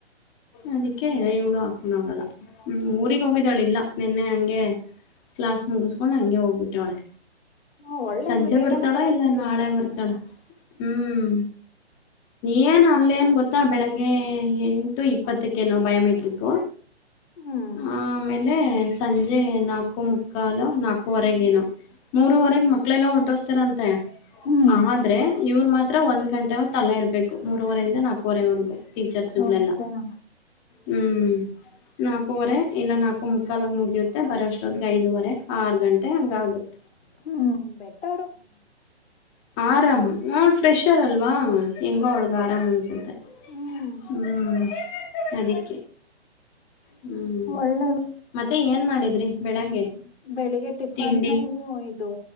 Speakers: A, on the left; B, on the left.
A: ಅದಕ್ಕೆ
B: ಒಳ್ಳೇದು
A: ಇವಡು ಹಾಕಣವಂಗಲ್ಲ. ಹ್ಮ್ ಊರಿಗೆ ಹೋಗಿದ್ದಾಳಿಲ್ಲ ನಿನ್ನೆ ಹಂಗೆ ಕ್ಲಾಸ್ ಮುಗಿಸಕೊಂಡ್ ಹಂಗೆ ಹೋಗ್ಬಿಟ್ಟೆವಳೆ.
B: ಹ ಒಳ್ಳೇದು
A: ಸಂಜೆ
B: ಬೇಗನ
A: ಬರ್ತಾಳ
B: ಕ್ಲಾಸ್
A: ಇಲ್ಲ
B: ಮುಗಿತ್ತ
A: ನಾಳೆ ಬರ್ತಾಳ. ಹ್ಮ್. ಏನು ಅಲ್ಲೇಏನು ಗೊತ್ತಾ ಬೆಳಗ್ಗೆ ಎಂಟು ಇಪ್ಪತ್ತಕ್ಕೇನ. ಬಯೋಮೆಟ್ರಿಕ್ಕು
B: ಹ್ಮ್
A: ಆಮೇಲೆ ಸಂಜೆ ನಾಲ್ಕು ಮುಕ್ಕ. ಕಾಲ ನಕೂ ಹೊರಗೇನು. ಮೂರವರೆಗೆ ಮಕ್ಳೆಲ್ಲ ಹೊಂಟೋಗ್ತಾರಂತೆ
B: ಹ್ಮ್
A: ಆದ್ರೆ. ಇವ್ರು ಮಾತ್ರ ಒಂದು ಗಂಟೆ ತಲ್ಲೇ ಇರಬೇಕು ಮೂರುವರೆಯಿಂದ ನಾಲ್ಕೂರೆವರೆಗೂ. ಟೀಚರ್ಸುಗಳೆಲ್ಲ.
B: ಓಕೆನಾ
A: ಹ್ಮ್ ನಾಲ್ಕವರೆ ಇಲ್ಲ ನಾಲ್ಕು ಮುಕ್ಕಾಲಾಗ ಮುಗಿಯುತ್ತೆ ಬರೋ ಅಷ್ಟೊತ್ತಿಗೆ ಐದುವರೆ ಆರು ಗಂಟೆ ಹಾಗುತ್ತೆ.
B: ಹ್ಮ್ ಬೆಟ್ಟವರು.
A: ಆರಾಮ್. ನಾ ಫ್ರೆಷರ್ ಅಲ್ವಾ ಹೆಂಗ ಒಳಗ ಆರಾಮ್ ಅನ್ಸುತ್ತೆ.
B: ಹ್ಮ್
A: ಹ್ಮ್. ಅದ. ಹ್ಮ
B: ಒಳ್ಳೇದು
A: ಮತ್ತೆ ಏನ್ ಏನ್ ಮಾಡಿದ್ರಿ ಬೆಳಗ್ಗೆ.
B: ಬೆಳಿಗ್ಗೆ ಟಿಫನ್ನು
A: ತಿಂಡಿ?
B: ಇದು